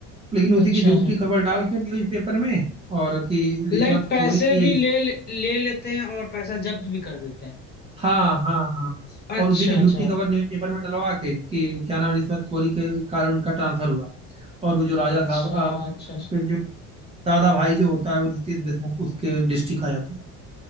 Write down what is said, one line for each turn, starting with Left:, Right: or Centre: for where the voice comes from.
Right: लेकिन उसी
Left: अच्छा
Right: की झूठी
Left: जी
Right: खबर डाल के न्यूज़पेपर में और कि रिश्वतखोरी
Left: लाइक पैसे
Right: की है
Left: भी
Right: इस
Left: ले ले लेते हैं और पैसा जब्त भी कर देते हैं
Right: हाँ हाँ हाँ
Left: अच्छा
Right: और उसी की
Left: अच्छा
Right: झूठी खबर न्यूज़पेपर में डलवा के कि क्या नाम है, रिश्वतखोरी के कारण उनका ट्रांसफर हुआ और वो जो राजा
Left: अच्छा
Right: साहब अ,
Left: अच्छा अच्छा
Right: फिर जो दादा भाई जो होता है वो रितेश देशमुख उसके डिस्ट्रिक्ट आ जाता है